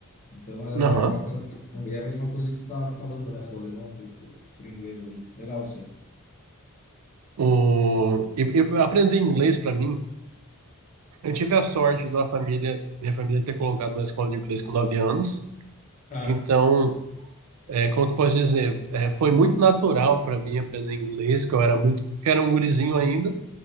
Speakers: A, on the left; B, on the right.
A: Então era,
B: Aham.
A: era bacana pra caramba. E é a mesma coisa que tu tá falando, né? Do alemão pro, pro, pro inglês ali. Legal isso aí.
B: O... E, e aprender inglês para mim Eu tive a sorte de uma família, minha família ter colocado na escola de inglês com 9 anos.
A: Ah,
B: Então, é, como que eu posso dizer? É, foi muito natural para mim aprender inglês, que eu era muito, que eu era um gurizinho ainda.